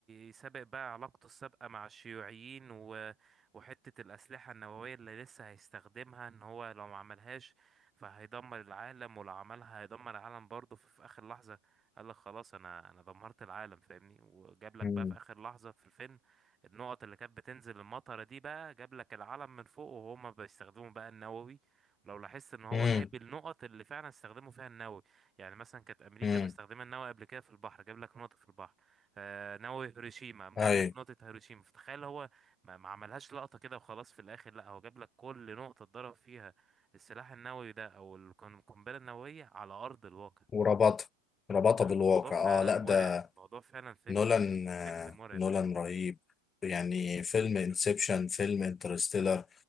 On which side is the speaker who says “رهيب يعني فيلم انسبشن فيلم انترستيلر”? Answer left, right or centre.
Left